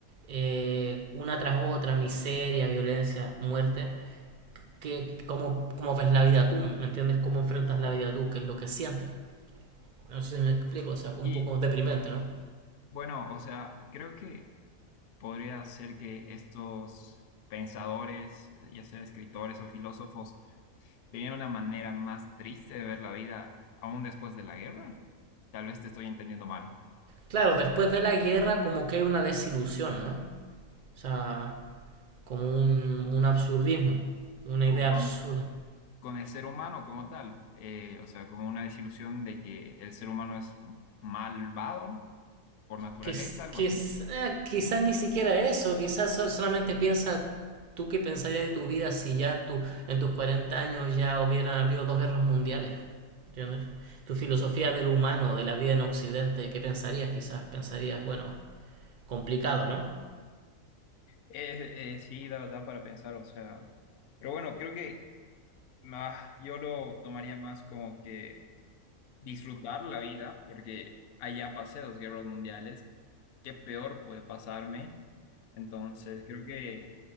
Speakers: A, on the right; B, on the left.
A: eh, una tras otra, miseria, violencia, muerte, que, ¿cómo, cómo ves la vida tú? ¿Me entiendes? ¿Cómo enfrentas la vida tú? ¿Qué es lo que sientes? No sé si me explico, o sea, un
B: Y
A: poco deprimente, ¿no?
B: bueno, o sea, creo que podría ser que estos pensadores, ya sea escritores o filósofos, tenían una manera más triste de ver la vida aún después de la guerra. Tal vez te estoy entendiendo mal.
A: Claro, después de la guerra como que hay una desilusión, ¿no? O sea, como un, un absurdismo, una
B: Cu-
A: idea absurda.
B: Mm, con el ser humano como tal, eh, o sea, como una desilusión de que el ser humano es malvado por naturaleza,
A: Quiz-
B: algo
A: quiz-
B: así.
A: ah, quizás ni siquiera eso, quizás so- solamente piensa tú qué pensarías de tu vida si ya tú, en tus cuarenta años ya hubieran habido dos guerras mundiales, ¿entiendes? Tu filosofía del humano, de la vida en Occidente, ¿qué pensarías? Quizás pensarías, bueno, complicado, ¿no?
B: Eh, eh, sí, da, da para pensar, o sea, pero bueno, creo que más, yo lo tomaría más como que disfrutar la vida, porque allá pasé dos guerras mundiales, ¿qué peor puede pasarme? Entonces, creo que